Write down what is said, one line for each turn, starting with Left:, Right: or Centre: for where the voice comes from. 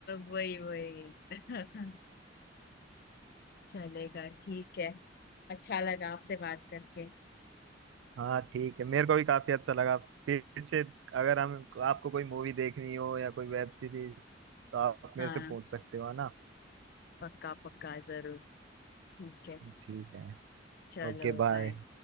Left: वही वही <laughs> चलेगा ठीक है अच्छा लगा आपसे बात करके
Right: हाँ ठीक है मेरे को भी काफी अच्छा लगा फिर से अगर हम आपको कोई मूवी देखनी हो या कोई वेब सीरीज तो आप मेरे
Left: हाँ
Right: से पूछ सकते हो है ना
Left: पक्का पक्का जरूर ठीक है
Right: ठीक है
Left: चलो
Right: Okay bye
Left: बाय